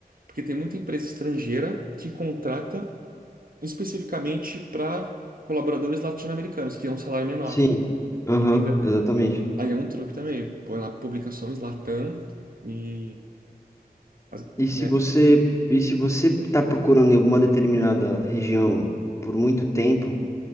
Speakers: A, on the right; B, on the left.
A: porque tem muita empresa estrangeira que contrata especificamente para colaboradores latino-americanos, que é um salário menor,
B: sim. Aham,
A: entende?
B: exatamente.
A: Aí é um truque também, põe lá publicações Latam e, as-
B: E se
A: né?
B: você, e se você está procurando em alguma determinada região por muito tempo,